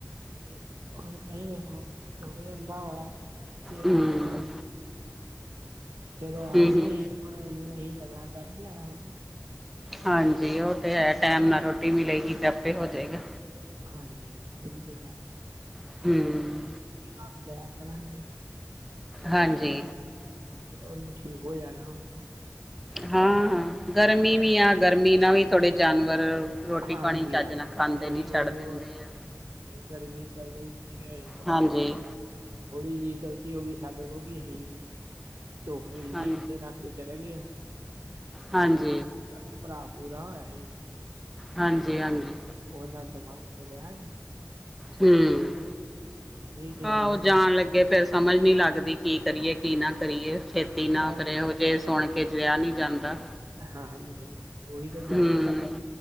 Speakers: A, on the right; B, in the centre.
A: ਤੇ ਏਦਾਂ ਹੀ ਫੇਿਰ ਹੁਣ ਚੱਲ ਜਾਂਦਾ ਵਾ <unintelligible> ਤੇ
B: ਹਮ
A: ਆਪਣਾ ਚਲੋ ਆ
B: ਹਮ ਹਮ
A: ਗਏ। ਹੁਣ ਉਹਨੂੰ ਅਸੀਂ ਤਕੜਾ ਕਰ ਹੀ ਲੈਣਾ ਉਹਨੂੰ।
B: ਹਾਂਜੀ ਉਹ ਤੇ ਹੈ ਟੈਮ ਨਾਲ ਰੋਟੀ ਮਿਲੇਗੀ ਤੇ ਆਪੇ ਹੋ ਜਾਏਗਾ।
A: ਹਾਂਜੀ ਉਹੀ ਤੇ ਗੱਲ ਹੈ।
B: ਹਮ।
A: ਆਪ ਦਇਆਂ ਕਰਾਂਗੇ।
B: ਹਾਂਜੀ।
A: ਕੁਛ ਉਹਨੇ ਠੀਕ ਹੋ ਜਾਣਾ ਓਦਾਂ।
B: ਹਾਂ ਗਰਮੀ ਵੀ ਆ ਗਰਮੀ ਨਾਲ ਵੀ ਥੋੜੇ ਜਾਨਵਰ। ਰੋਟੀ
A: ਹਾਂਜੀ
B: ਪਾਣੀ ਚਜ
A: ਹਾਂਜੀ
B: ਨਾਲ ਖਾਂਦੇ
A: ਉਹੀ
B: ਨੀ
A: ਉਹੀ
B: ਛੱਡ ਦਿੰਦੇ
A: ਉਹੀ
B: ਆ।
A: ਗਰਮੀ ਚੱਲਦਾ ਵੀ ਹੋ ਜਾਂਦਾ
B: ਹਾਂਜੀ
A: <unintelligible> ਥੋੜ੍ਹੀ ਜਿਹੀ ਗ਼ਲਤੀ ਹੋ ਗਈ ਸਾਡੇ ਕੋਲ ਕੀ ਅਸੀਂ ਧੁੱਪ ਪੈੱਦੀ
B: ਹਾਂ
A: ਉੱਥੇ ਰੱਖ। ਤੇ ਚਲੇ ਗਈਆਂ।
B: ਹਾਂਜੀ।
A: ਤੁਹਾਡਾ ਭਰਾ ਪੂਰਾ ਹੋਇਆ ਸੀ।
B: ਹਾਂਜੀ-ਹਾਂਜੀ।
A: ਉਹਨਾਂ ਦਿਮਾਗ ਚ ਲਿਆ ਨੀ।
B: ਹੂੰ
A: ਨਹੀਂ ਤੇ
B: ਆਹੋ
A: ਉਹਨੂੰ
B: ਜਾਣ ਲੱਗੇ ਫੇਰ ਸਮਝ ਨੀ ਲੱਗਦੀ ਕੀ ਕਰੀਏ ਕੀ ਨਾ ਕਰੀਏ, ਛੇਤੀ ਨਾ
A: ਬਸ
B: ਕਰਿਓ ਏਹੋ ਜੇ ਸੁਣ ਕੇ ਜਿਆ ਨੀ ਜਾਂਦਾ।
A: ਹਾਂ ਹਾਂਜੀ ਹਾਂਜੀ ਓਈ ਤਾਂ ਗੱਲ
B: ਹੂੰ
A: ਈ,